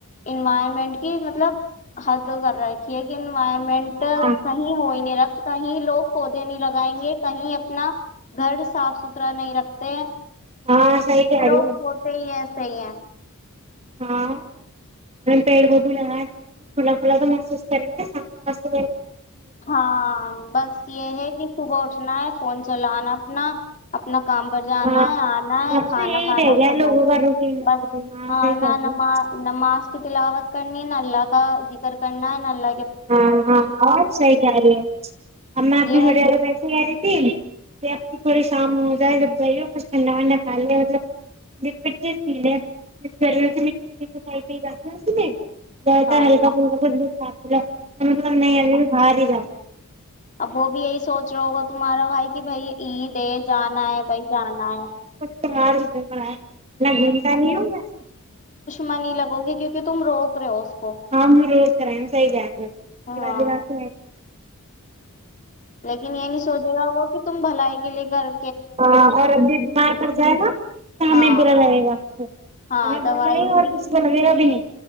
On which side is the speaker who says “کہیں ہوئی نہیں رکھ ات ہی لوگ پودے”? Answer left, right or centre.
Left